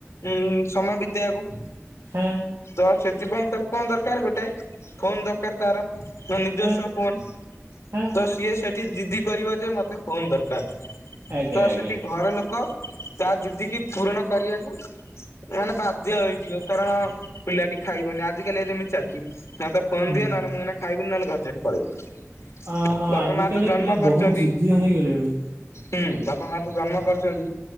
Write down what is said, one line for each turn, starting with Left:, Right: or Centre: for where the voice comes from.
Left: ଉୁଁ ସମୟ ବିତେଇବାକୁ
Right: ହଁ।
Left: ତ ସେଥିପାଇଁ ତାକୁ କଣ ଦରକାର? ଗୋଟେ ଫୋନ ଦର ଦରକାର ତାର ବା ନିଜସ୍ୱ
Right: ହାଁ
Left: ଫୋନ
Right: ହାଁ
Left: ତ ସିଏ ସେଠ ଠି ଜିଦି କରିବ ଯେ ମତେ ଫୋନ ଦରକାର
Right: ଆଜ୍ଞା
Left: ତ
Right: ଆଜ୍ଞା
Left: ସେଠି ଘର ଲୋକ ତା ଯିଦି କିି ପୂରଣ କରିବାକୁ ମାନେ ବାଧ୍ୟ ହେଇଥିଲୁ କାରଣ ପିଲାଟି ଖାଇବନି ଆଜିିକାଲି ଯେମିତି ଚାଲିଛି। ମତେ ଫୋନ
Right: ହୁଁ
Left: ଦିଅ ନହେଲେ ମୁଁ ଏଇନା ଖାଇବିନି ନହେଲେ ଘର ଛାଡି ପଳେଇବି।
Right: ହଁ ହଁ
Left: ବାପା
Right: ଆଜିକାଲିକା
Left: ମା ତ ଜନ୍ମ
Right: ପିଲା
Left: କରିଛନ୍ତି
Right: ବହୁତ ଜିଦିଆ ହେଇଗଲେଣି।
Left: ହୁଁ ବାପା ମା ତ ଜନ୍ମ କରିଛନ୍ତି